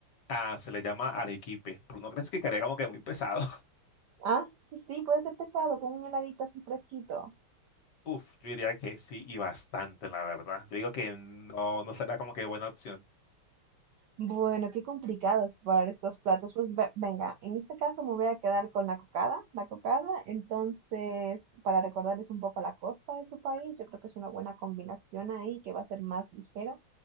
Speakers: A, on the left; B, on the right.
A: Ah, se le llama arequipe, pero no crees que quedaría como que muy pesado.
B: Ah, sí, puede ser pesado, con un heladito así fresquito.
A: Uf, yo diría que sí y bastante, la verdad. Yo digo que no, no será como que buena opción.
B: Bueno, qué complicado es preparar estos platos. Pues ve- venga, en este caso me voy a quedar con la cocada. La cocada, entonces, para recordarles un poco la costa de su país, yo creo que es una buena combinación ahí, que va a ser más ligero.